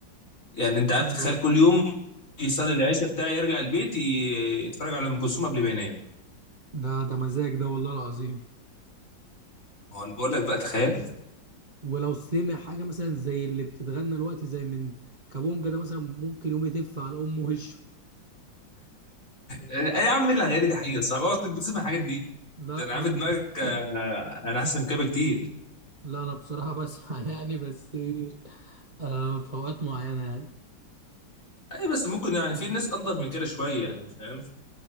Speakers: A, on the left; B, on the right.
A: يعني انت
B: بجد
A: عارف تخيل
B: والله.
A: كل يوم يصلي العشاء بتاعي يرجع البيت ي- يتفرج على ام كلثوم قبل ما ينام
B: ده ده مزاج ده والله العظيم
A: ما هو انا بقول لك بقى تخيل
B: ولو سمع حاجه مثلا زي اللي بتتغنى دلوقتي زي من كابونجا ده مثلا ممكن يقوم يتف على امه وشه يعني
A: ايه يا عم الاغاني دي حقيقه صعبه اه كنت بتسمع الحاجات دي
B: لا
A: ده انا عارف
B: أنا-
A: دماغك آه،
B: <laughs>
A: انا احسن من كده بكتير
B: لا انا بصراحه بسمع <laughs> يعني بس آه في اوقات معينه يعني
A: اي بس ممكن يعني في ناس انضف من كده شويه يعني فاهم